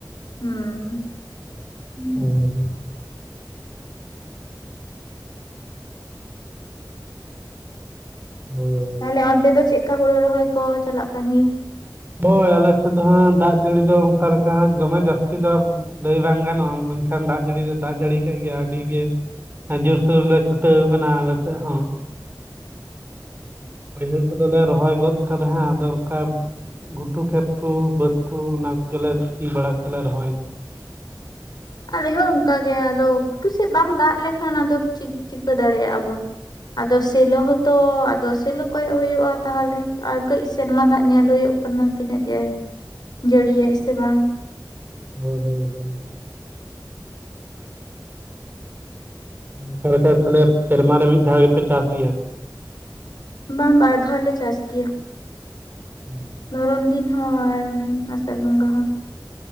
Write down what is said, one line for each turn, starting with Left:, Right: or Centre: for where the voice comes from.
Left: ᱦᱩᱸ
Right: ᱦᱳᱭ᱾ ᱦᱳᱭᱳ᱾
Left: ᱛᱟᱦᱚᱞᱮ ᱚᱱᱛᱮ ᱫᱚ ᱪᱮᱫᱠᱟ ᱦᱩᱲᱩ ᱨᱚᱦᱚᱭ ᱠᱚ ᱪᱟᱞᱟᱜ ᱠᱟᱱ ᱜᱮᱭᱟ?
Right: ᱦᱳᱭ ᱟᱞᱮ ᱥᱮᱫ ᱫᱚ ᱦᱟᱸᱜ ᱫᱟᱜ ᱡᱟᱹᱲᱤ ᱫᱚ ᱚᱱᱠᱟ ᱞᱮᱠᱟ ᱦᱟᱸᱜ ᱫᱚᱢᱮ ᱡᱟᱹᱥᱛᱤ ᱫᱚ ᱞᱟᱹᱭ ᱵᱟᱝ ᱜᱟᱱᱚᱜᱼᱟ ᱢᱮᱱᱠᱷᱟᱱ ᱫᱟᱜ ᱡᱟᱹᱲᱤ ᱫᱚ ᱫᱟᱜ ᱡᱟᱹᱲᱤ ᱠᱮᱫ ᱜᱮᱭᱟᱭ ᱟᱹᱰᱤ ᱜᱮ ᱡᱳᱨ-ᱥᱳᱨ ᱞᱮ ᱪᱷᱩᱴᱟᱹᱣ ᱠᱟᱱᱟ ᱟᱞᱮ ᱥᱮᱫ ᱦᱚᱸ᱾ ᱵᱟᱹᱭᱦᱟᱹᱲ ᱠᱚᱫᱚᱞᱮ ᱨᱚᱦᱚᱭ ᱜᱚᱫ ᱠᱟᱫᱟ ᱦᱟᱸᱜ ᱟᱫᱚ ᱚᱱᱠᱟ ᱜᱷᱩᱴᱩ ᱠᱷᱮᱛ ᱠᱚ ᱵᱟᱹᱫᱽ ᱠᱚ ᱚᱱᱟ ᱠᱚᱜᱮᱞᱮ ᱥᱤ ᱵᱟᱲᱟ ᱠᱟᱛᱮ ᱞᱮ ᱨᱚᱦᱚᱭᱫᱟ᱾
Left: ᱟᱞᱮ ᱦᱚᱸ ᱚᱱᱠᱟ ᱜᱮ ᱟᱫᱚ ᱜᱷᱩᱴᱩ ᱥᱮᱫ ᱵᱟᱝ ᱫᱟᱜ ᱞᱮᱠᱷᱟᱱ ᱟᱫᱚ ᱪᱤᱠ- ᱪᱤᱠᱟᱹ ᱫᱟᱲᱮᱭᱟᱜᱼᱟ ᱵᱚᱱ? ᱟᱫᱚ ᱥᱮᱞᱳ ᱦᱚᱸᱛᱚ ᱟᱫᱚ ᱥᱮᱞᱳ ᱠᱚᱭᱚᱜ ᱦᱚᱭᱳᱜ-ᱟ᱾ ᱛᱟᱦᱚᱞᱮ ᱟᱨ ᱠᱟᱹᱡ ᱥᱮᱨᱢᱟ ᱫᱟᱜ ᱧᱮᱞ ᱦᱩᱭᱩᱜ ᱠᱟᱱᱟ ᱛᱤᱱᱟᱹᱜ ᱡᱮ ᱡᱟᱹᱲᱤᱭᱟᱭ ᱥᱮ ᱵᱟᱝ᱾
Right: ᱦᱳᱭ ᱦᱳᱭ ᱦᱳᱭ᱾ ᱚᱱᱠᱟ ᱞᱮᱠᱟ ᱛᱟᱦᱞᱮ ᱥᱮᱨᱢᱟ ᱨᱮ ᱢᱤᱫ ᱫᱷᱟᱣ ᱜᱮᱯᱮ ᱪᱟᱥ ᱜᱮᱭᱟ?
Left: ᱵᱟᱝ ᱵᱟᱨ ᱫᱷᱟᱣ ᱞᱮ ᱪᱟᱥ ᱜᱮᱭᱟ᱾
Right: ᱦᱩᱸ᱾
Left: ᱫᱷᱚᱨᱚᱱ ᱫᱤᱱ ᱦᱚᱸ ᱟᱨ ᱚᱱᱮ ᱟᱥᱟᱲ ᱵᱚᱸᱜᱟ ᱦᱚᱸ᱾